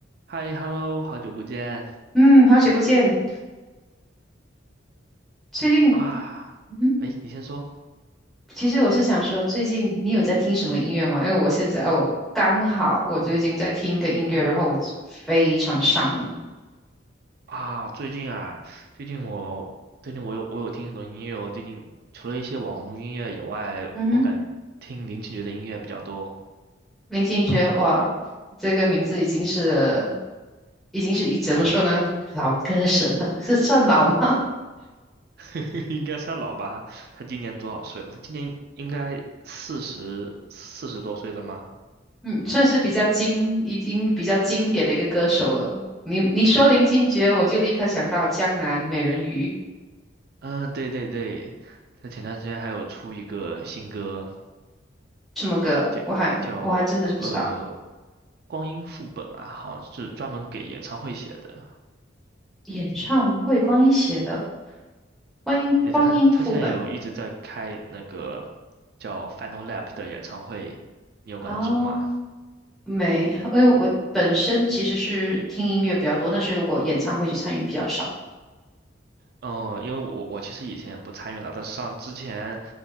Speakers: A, on the right; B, in the centre.
A: 嗨，hello，好久不见
B: 嗯，好久不见。最近，
A: 啊！
B: 嗯哼，
A: 哎，你先说
B: 其实我是想说，最近你有在听什么音乐吗？因为我现在我刚好我最近在听一个音乐，然后我非常上瘾。
A: 啊。最近啊，最近我最近我有我有听很多音乐哦。最近除了一些网红音乐以外，
B: 嗯哼，
A: 我感听林俊杰的音乐比较多，
B: 林俊杰，哇，这个名字已经是已经是一怎么说呢，老歌神了，是算老吗？
A: <laughs> 应该算老吧哈他今年多少岁了？他今年应该四十四十多岁了吗？
B: 嗯，算是比较经已经比较经典的一个歌手了。你你说林俊杰，我就立刻想到《江南美人鱼》
A: 嗯，对对对，他前段时间还有出一个新歌，
B: 什么歌，
A: 叫叫
B: 我还我还真的是不知道。
A: 呃《光阴副本》啊，好像是专门给演唱会写的。
B: 演唱会光一写的。观音光阴副本
A: 对的，他他现在有一直在开那个叫 Final Lap 的演唱会，你有关注吗？
B: 啊，没，因为我本身其实是听音乐比较多，但是如果演唱会就参与比较少。
A: 嗯，因为我我其实以前也不参与了，但是上之前